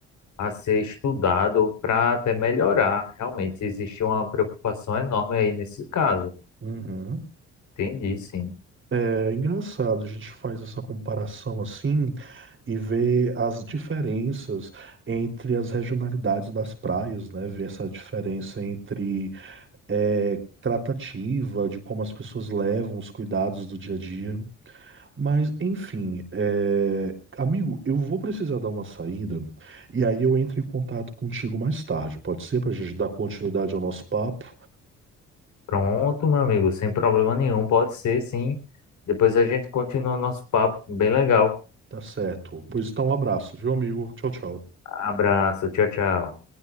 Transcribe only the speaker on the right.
Uhum.
É engraçado, a gente faz essa comparação assim e vê as diferenças entre as regionalidades das praias, né? Ver essa diferença entre é, tratativa, de como as pessoas levam os cuidados do dia a dia. Mas, enfim, é, amigo, eu vou precisar dar uma saída e aí eu entro em contato contigo mais tarde, pode ser? Para a gente dar continuidade ao nosso papo?
Tá certo. Pois então, um abraço, viu, amigo? Tchau, tchau.